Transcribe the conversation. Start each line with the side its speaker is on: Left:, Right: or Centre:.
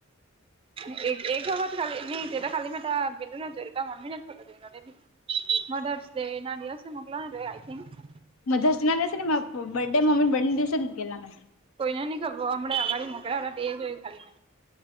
Right: <inaudible> મધર્સ ડે ના દિવસે મૂકેલા <inaudible>
Left: મધર્સ ડે ના દિવસે નહીં બર્થ ડે ના મમ્મી ના <inaudible>
Right: કોઈને ન ખબર હમણાં અગાડી મોક્યા હતા એ જોય ખાલી